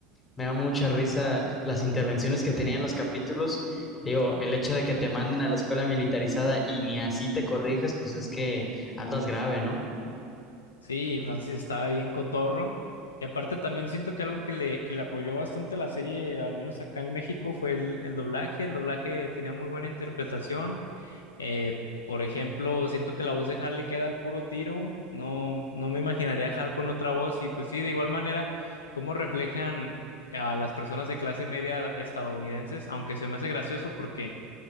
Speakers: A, on the left; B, on the left.
A: me da mucha risa las intervenciones que tenía en los capítulos. Digo, el hecho de que te manden a la escuela militarizada y ni así te corrijas, pues es que andas grave, ¿no?
B: Sí, Francis estaba bien cotorro. Y aparte también siento que algo que le, que le apoyó bastante la serie, al menos acá en México, fue el, el doblaje. El doblaje tenía muy buena interpretación Eh, por ejemplo, siento que la voz de Hal le queda al puro tiro. No, no me imaginaría a Hal con otra voz. Y pues sí, de igual manera, cómo reflejan a las personas de clase media estadounidenses, aunque se me hace gracioso porque